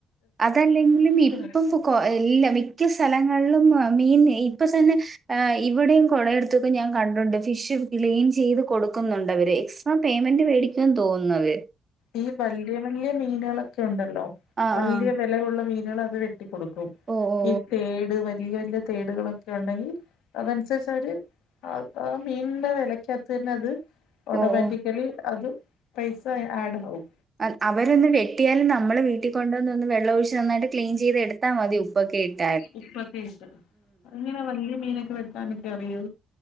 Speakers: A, on the right (about 30°); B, on the left (about 80°).
A: അതല്ലെങ്കിലും ഇപ്പം
B: <unintelligible>
A: പൊ കൊ എല്ലാ മിക്ക സ്ഥലങ്ങളിലും മീയിൻ ഇപ്പൊ തന്നെ ഏഹ് ഇവിടം കൊളെടുത്ത് ഒക്കെ ഞാൻ കണ്ടുണ്ട് ഫിഷ് ക്ലീൻ ചെയ്ത് കൊടുക്കുന്നുണ്ട് അവര് എസ് ആഹ് പേയ്മെന്റ് വേടിക്കുംന്ന് തോന്ന്ന്നവര്
B: ഈ വല്യയ വല്യയ മീനെളൊക്കെ ഇണ്ടല്ലോ
A: ആഹ്
B: വല്യയ
A: ആഹ്
B: വെലയുള്ള മീനേള് അത് വെ ട്ടി കൊടുക്കും
A: ഓ ഓ
B: ഈ തേട് വല്യയ വല്യയ തേടുകളൊക് ഉണ്ടെങ്കിൽ അതനുസരിച്ച് അവര് അത് ആ ആ മീനിന്റെ വിലയ്ക്കകത്ത് തന്നെ അത് ഓട്ടോമാറ്റിക്കലി
A: ഓ ഓ ഓ
B: അത് പൈസ എ ആഡാവും.
A: അഹ് അവരൊന്ന് വെട്ടിയാൽ നമ്മള് വീട്ടി കൊണ്ടൊന്ന് ഒന്ന് വെള്ളം ഒഴിച്ച് നന്നായിട്ട് ക്ലീൻ ചെയ്ത് എടുത്താൽ മതി. ഉപ്പോകെയിട്ട
B: ഉപ്പൊക്കെയിട്ട്. ഇങ്ങനെ വല്യയ മീനൊക്കെ വെട്ടാനൊക്കെ അറിയോ?